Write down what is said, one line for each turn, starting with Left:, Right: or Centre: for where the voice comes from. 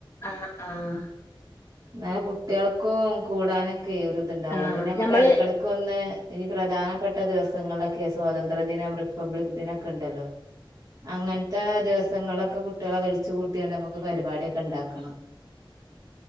Left: ആഹ് ആഹ്
Right: എന്നാലെ കുട്ടികൾക്കും കൂടാനൊ ഒക്കെ ഒരു ഇത് ഇണ്ടാവുള്ളൂ
Left: ആഹ്
Right: പിന്നെ നമുക്ക്
Left: ഞമ്മള്
Right: ഇടയ്ക്കിടയ്ക്ക് ഒന്ന്. ഇനി പ്രധാനപ്പെട്ട ദിവസങ്ങളിലൊക്കെ സ്വാതന്ത്ര്യദിനം റിപ്പബ്ലിക് ദിനം ഒക്കെ ഉണ്ടല്ലോ. അങ്ങനെത്തെ ദിവസങ്ങളിലൊക്കെ കുട്ടികളെ വിളിച്ചു കൂട്ടിണ്ട് നമുക്ക് പരിപാടിയൊക്കെ ഉണ്ടാക്കണം.